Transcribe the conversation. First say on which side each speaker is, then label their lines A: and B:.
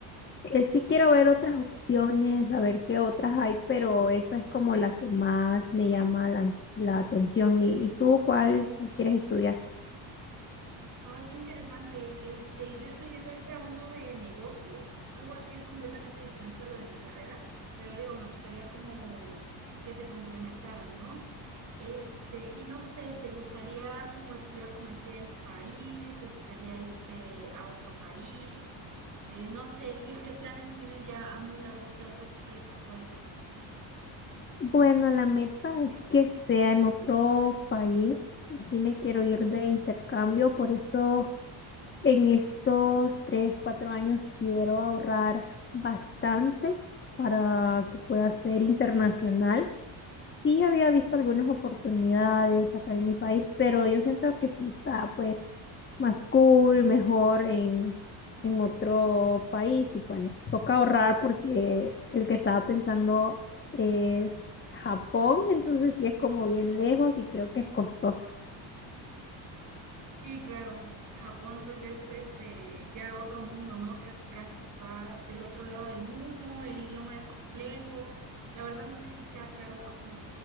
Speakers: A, on the left; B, on the right.
A: Eh, sí quiero ver otras opciones, a ver qué otras hay, pero esa es como la que más me llama la, la atención. ¿Y, y tú cuál, cuál quieres estudiar?
B: Ay, qué interesante. Este, yo estoy viendo ahorita uno de negocios, algo así es completamente diferente a lo de mi carrera, pero digo, me gustaría como que se complementaran, ¿no? Este, y no sé, ¿te gustaría como estudiar tu maestría en tu país? ¿Te gustaría irte a otro país? Eh, no sé, ¿qué, qué planes tienes ya a muy largo plazo respecto a eso?
A: Bueno, la meta es que sea en otro país. Sí me quiero ir de intercambio, por eso en estos tres, cuatro años quiero ahorrar bastante para que pueda ser internacional. Sí había visto algunas oportunidades acá en mi país, pero yo siento que sí está pues más cool, mejor en, en otro país y bueno, toca ahorrar porque el que estaba pensando es Japón, entonces sí es como bien lejos y creo que es costoso.
B: Sí, claro. Japón pues es este ya otro mundo, ¿no? Casi casi pues, está del otro lado del mundo, el idioma es complejo. La verdad no sé si sea caro Japón,